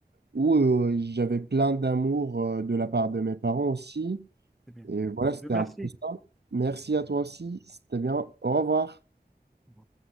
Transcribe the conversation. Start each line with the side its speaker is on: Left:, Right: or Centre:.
Right: où euh, j'avais plein d'amour euh, de la part de mes parents aussi.
Centre: c'est bien.
Right: Et voilà, c'était
Centre: Dieu merci.
Right: un peu ça. Merci à toi aussi, c'était bien. Au revoir.
Centre: Mm.